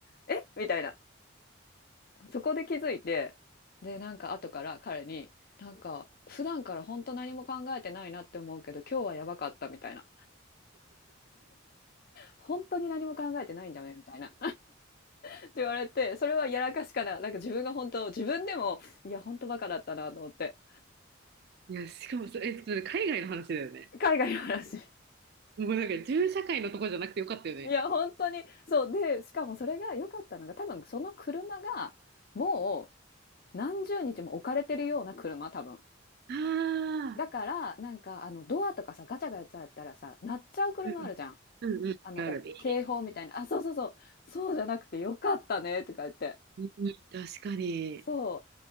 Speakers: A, on the left; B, on the right.
A: 「えみたいなそこで気づいてでなんか後から彼になんか普段から本当何も考えてないなって思うけど今日はやばかったみたいな本当に何も考えてないんだねみたいなって言われてそれはやらかしかななんか自分が本当自分でもいや本当バカだったなと思って
B: いや、しかもそ、え、それ海外の話だよね。
A: 海外の話
B: もうなんか、銃社会のとこじゃなくてよかったよね。
A: いや、本当に。そう。で、しかもそれが良かったのが、多分その車が、もう何十日も置かれてるような車、多分。
B: ああ、
A: だから、なんか、あの、ドアとかさ、ガチャガチャやったらさ、鳴っちゃう車あるじゃん。
B: うんうん、うんうん、
A: あの、
B: あるある。
A: お警報みたいな。あ、そうそうそう。そうじゃなくて良かったね、とか言って。
B: うんうん、確かに。
A: そ
B: い